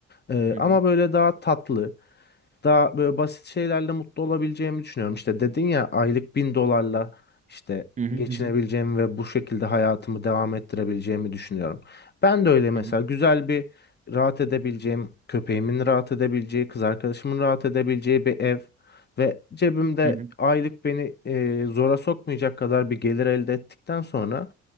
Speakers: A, on the left; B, on the right.
A: Ee,
B: hı
A: ama
B: hı,
A: böyle daha tatlı, daha böyle basit şeylerle mutlu olabileceğimi düşünüyorum. İşte dedin ya aylık bin dolarla işte
B: hı hı,
A: geçinebileceğimi
B: hı hı,
A: ve bu şekilde hayatımı devam ettirebileceğimi düşünüyorum. Ben de öyle mesela
B: hı hı,
A: güzel bir rahat edebileceğim, köpeğimin rahat edebileceği, kız arkadaşımın rahat edebileceği bir ev ve cebimde
B: hı hı.
A: aylık beni e, zora sokmayacak kadar bir gelir elde ettikten sonra